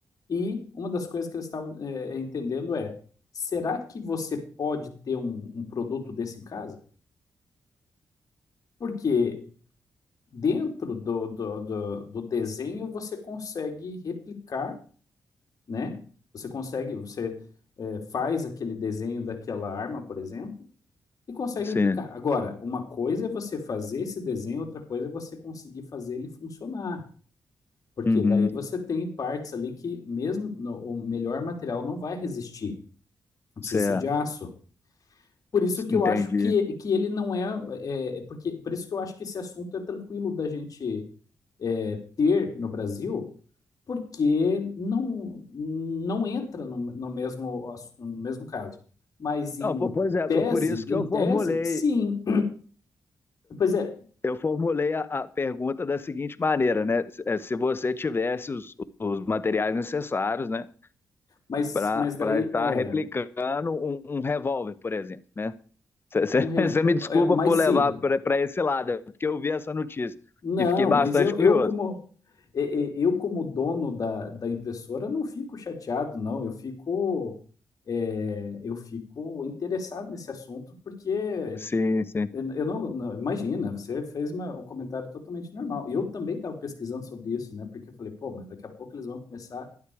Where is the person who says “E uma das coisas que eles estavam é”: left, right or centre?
Left